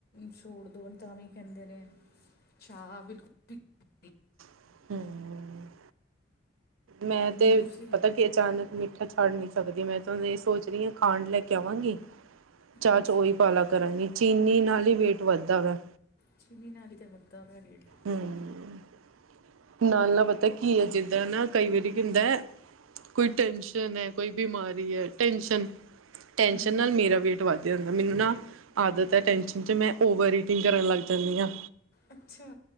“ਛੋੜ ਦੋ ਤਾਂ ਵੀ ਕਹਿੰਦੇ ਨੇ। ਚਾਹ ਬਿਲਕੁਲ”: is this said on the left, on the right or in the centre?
Left